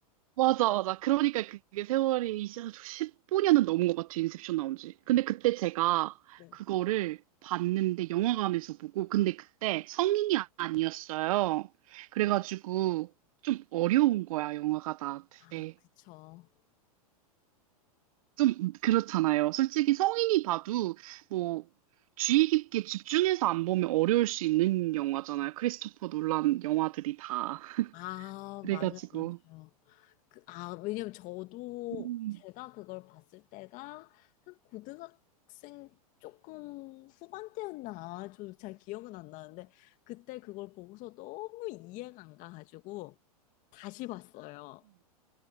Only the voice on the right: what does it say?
맞아, 맞아. 그러니까 그게 세월이 이제 15년은 넘은 것 같아, 인셉션 나온 지. 근데 그때 제가
그거를 봤는데, 영화관에서 보고, 근데 그때 성인이 아니었어요. 그래가지고 좀 어려운 거야, 영화가 나한테.
좀 그렇잖아요. 솔직히 성인이 봐도 뭐 주의 깊게 집중해서 안 보면 어려울 수 있는 영화잖아요. 크리스토퍼 놀란 영화들이 다.
그래가지고.
음,